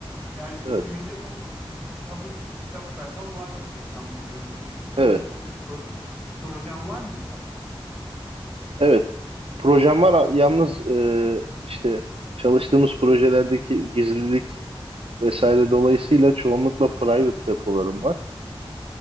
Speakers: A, in the centre; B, on the right.
A: Yani
B: Evet.
A: CV'nde bu kitabın kitap sayfam vardır diye tahmin ediyorum. Bu ikisinin
B: Evet.
A: içinde pro projem var mı kitapta?
B: Evet. Projem var yalnız e, işte çalıştığımız projelerdeki gizlilik vesaire dolayısıyla çoğunlukla private repolarım var.